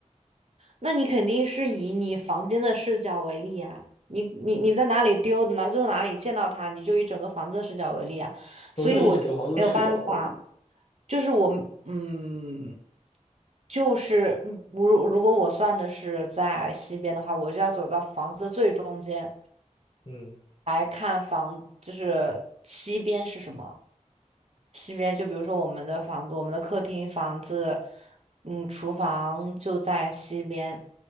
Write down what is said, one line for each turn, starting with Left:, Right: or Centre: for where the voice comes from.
Right: 那你肯定是以你房间的视角为例啊。你你你在哪里丢的呢？最后哪里见到它，你就以整个房子的视角为例啊。
Left: 我就要以整个杭州的视角为例，
Right: 所以我就没有办法，就是我嗯，就是嗯，如如果我算的是在西边的话，我就要走到房子的最中间，
Left: 嗯
Right: 来看房，就是西边是什么？西边就比如说我们的房子，我们的客厅房子，嗯，厨房就在西边，